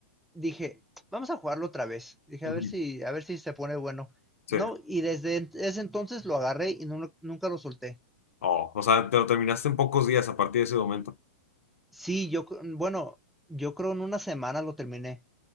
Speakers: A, in the centre; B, on the left.
A: dije, vamos a jugarlo otra vez. Dije,
B: Ujú.
A: a ver si, a ver si se pone bueno.
B: Sí.
A: No, y desde ent- ese entonces lo agarré y no lo- nunca lo solté.
B: Oh, o sea, te lo terminaste en pocos días a partir de ese momento.
A: Sí, yo, cr- bueno, yo creo en una semana lo terminé.